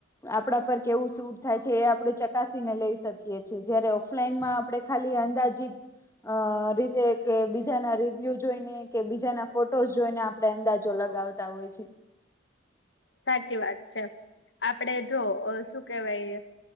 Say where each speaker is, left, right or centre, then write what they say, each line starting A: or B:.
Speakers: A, on the left (about 15°); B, on the left (about 75°).
A: આપણા પર કેવું સટ થાય છે આપણે ચકાસીને લઈ શકીએ છીએ જયારે ઓફલાઈનમાં આપણે ખાલી અંદાજીત અ રીતે કે બીજાના રિવ્યુ જોઈને કે બીજાના ફોટોઝ જોઈને આપડે અંદાજો લાગ લગાવતા હોય છે
B: સાચી વાત છે આપણે જો શું કેહેવાય